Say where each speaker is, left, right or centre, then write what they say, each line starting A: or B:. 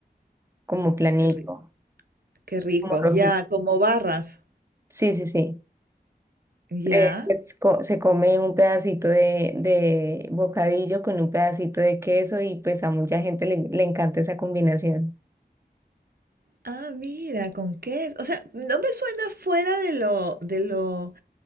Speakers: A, on the right (about 15°); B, on the right (about 65°).
A: como planito,
B: Qué rico. Qué rico.
A: como rojito.
B: Ya, como barras.
A: Sí, sí, sí.
B: Ya.
A: Eh, es co- se come un pedacito de, de bocadillo con un pedacito de queso y pues a mucha gente le, le encanta esa combinación.
B: Ah, mira, con queso. O sea, no me suena fuera de lo, de lo